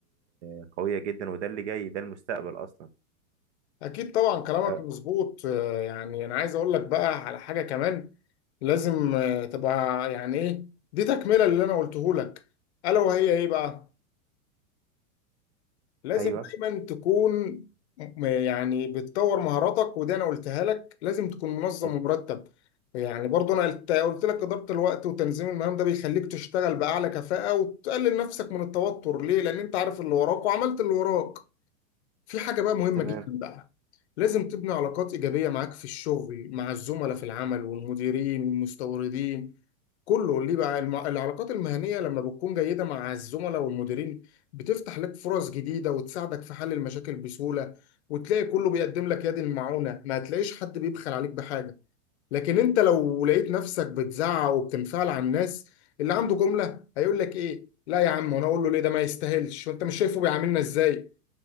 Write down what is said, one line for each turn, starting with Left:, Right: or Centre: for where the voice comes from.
Right: آه، قويه جدا وده اللي جاي ده المستقبل اصلا
Left: أكيد طبعا كلامك
Right: أه
Left: مظبوط آه، يعني أنا عايز أقول لك بقى على حاجة كمان لازم آه، تبقى يعني إيه دي تكملة اللي أنا قلته لك ألا وهي إيه بقى؟ لازم
Right: ايوه
Left: دايما تكون م- يعني بتطور مهاراتك ودي أنا قلتها لك لازم تكون منظم
Right: أي
Left: ومرتب يعني برضو أنا قلت قلت لك إدارة الوقت وتنظيم المهام ده بيخليك تشتغل بأعلى كفاءة وتقلل نفسك من التوتر ليه؟ لأن أنت عارف اللي وراك وعملت اللي وراك في حاجة بقى مهمة
Right: تمام
Left: جدا بقى لازم تبني علاقات إيجابية معاك في الشغل مع الزملاء في العمل والمديرين والمستوردين كله ليه بقى الم- العلاقات المهنية لما بتكون جيدة مع الزملاء والمديرين بتفتح لك فرص جديدة وتساعدك في حل المشاكل بسهولة وتلاقي كله بيقدم لك يد المعونة ما هتلاقيش حد بيبخل عليك بحاجة لكن انت لو لقيت نفسك بتزعق وبتنفعل على الناس اللي عنده جملة هيقول لك ايه لا يا عم وانا اقول له ليه ده ما يستاهلش وانت مش شايفه بيعاملنا ازاي